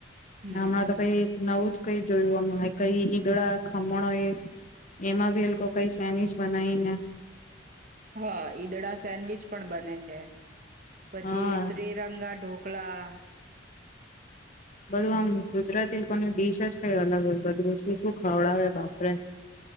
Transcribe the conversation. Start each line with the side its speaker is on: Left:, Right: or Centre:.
Right: હમ
Left: હમણાં
Right: હમ
Left: તો કઈ નવું જ કઈ જોયું આમ કઈ ઈદડા, ખમણ હોય એમાં એ લોકો કઈ સેન્ડવીચ બનાવી ના
Right: હા ઈદડા સેન્ડવીચ પણ બને છે. પછી
Left: હા
Right: ત્રિરંગા ઢો કલા
Left: બલા આમ ગુજરાતી લોકોની ડીશ જ કઈ અલગ હોય, બધું શું શું ખવડાવે બાપરે.